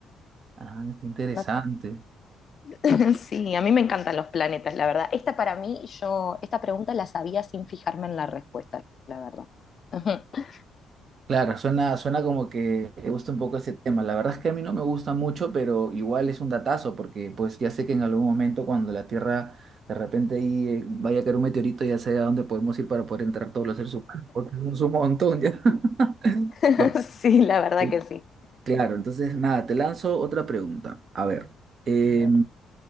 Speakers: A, on the right (about 50°); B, on the left (about 45°).
A: Ah, qué interesante.
B: No- <laughs> Sí, a mí me encantan los planetas, la verdad. Esta para mí, yo, esta pregunta la sabía sin fijarme en la respuesta, la verdad. Ujú.
A: Claro, suena, suena como que te gusta un poco ese tema. La verdad es que a mí no me gusta mucho, pero igual es un datazo, porque pues ya sé que en algún momento cuando la Tierra de repente ahí eh, vaya a caer un meteorito, ya sé a dónde podemos ir para poder entrar todos los seres humanos, <laughs> porque no es un montón ya. <laughs>
B: <laughs>
A: Bueno,
B: Sí, la verdad
A: eh,
B: que sí.
A: claro, entonces nada, te lanzo otra pregunta. A ver, eh,
B: A ver.